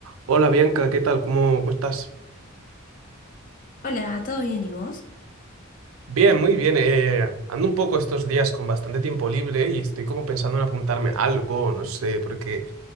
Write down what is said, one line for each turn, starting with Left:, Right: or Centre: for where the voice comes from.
Right: Hola Bianca, ¿qué tal? ¿Cómo, cómo estás?
Left: Hola, ¿todo bien y vos?
Right: Bien, muy bien. eh, ando un poco estos días con bastante tiempo libre y estoy como pensando en apuntarme a algo, no sé, porque